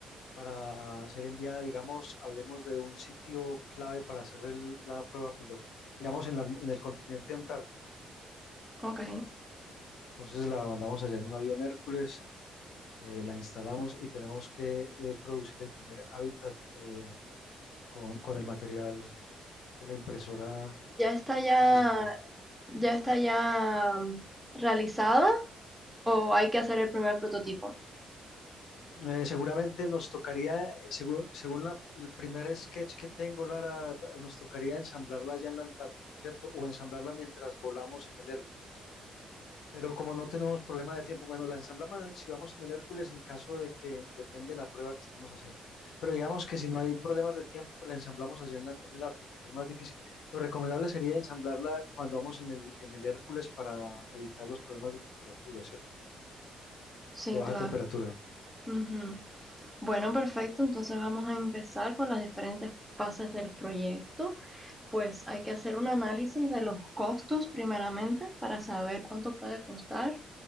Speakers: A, on the left; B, in the centre.
A: para ser enviada, digamos, hablemos de un sitio clave para hacer el- la prueba piloto, digamos en, la- en el continente antártico.
B: Ok,
A: Entonces la mandamos allá en un avión Hércules, eh, la instalamos y tenemos que eh, producir el primer hábitat. eh, con, con el material que la impresora
B: ya está ya,
A: necesita.
B: ya está ya mm, realizada o hay que hacer el primer prototipo.
A: Eh, seguramente nos tocaría, eh, según, según la- el primer sketch que tengo, Lara, nos tocaría ensamblarla allá en la Antártica, ¿cierto? O ensamblarla mientras volamos en el Hércules. Pero como no tenemos problema de tiempo, bueno, la ensamblamos si vamos en el Hércules en caso de que depende de la prueba que estemos haciendo. Pero digamos que si no hay problemas de tiempo, pues la ensamblamos allá en, la- en el Ártico, que es más difícil. Lo recomendable sería ensamblarla cuando vamos en el, en el Hércules para evitar los problemas de temperatura, ¿cierto?
B: Sí,
A: De baja
B: claro.
A: temperatura,
B: Ujú. Bueno, perfecto. Entonces vamos a empezar con las diferentes fases del proyecto. Pues hay que hacer un análisis de los costos primeramente para saber cuánto puede costar